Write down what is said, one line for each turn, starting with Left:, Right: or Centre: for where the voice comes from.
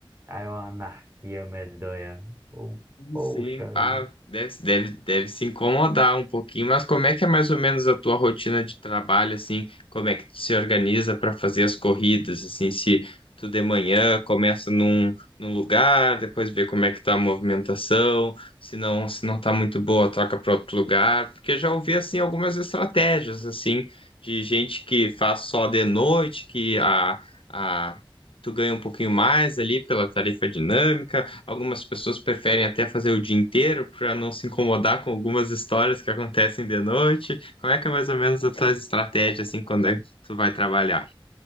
Right: Aí é uma anarquia medonha. Oh, poxa
Left: Sim, pá,
Right: vida.
Left: deve, deve, deve se incomodar um pouquinho, mas como é que é mais ou menos a tua rotina de trabalho, assim, como é que tu se organiza para fazer as corridas, assim, se tu de manhã começa num, num lugar, depois vê como é que tá a movimentação, se não, se não tá muito boa, troca para outro lugar, porque já ouvi, assim, algumas estratégias, assim, de gente que faz só de noite, que a, a, tu ganha um pouquinho mais ali pela tarifa dinâmica, Algumas pessoas preferem até fazer o dia inteiro para não se incomodar com algumas histórias que acontecem de noite. Como é que é mais ou menos a tua estratégia assim quando é que tu vai trabalhar?